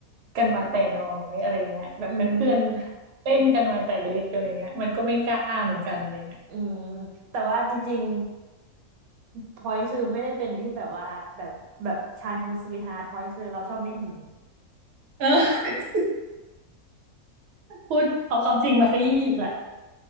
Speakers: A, on the right; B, on the right.
A: กันมาแต่น้อยอะไรเงี้ยแบบเป็นเพื่อน
B: อืม
A: เล่นกันมาแต่เล็กอะไรเงี้ยมันก็ไม่กล้าเหมือนกันอะไรเงี้ย
B: อืมแต่ว่าจริงๆพอยคือไม่ได้เป็นที่แบบว่าแบบแบบชายฮูสวีทฮาร์ทพอยคือเราชอบเมะหืม
A: <laughs> เออพูดเอาความจริงมาซะอีกละ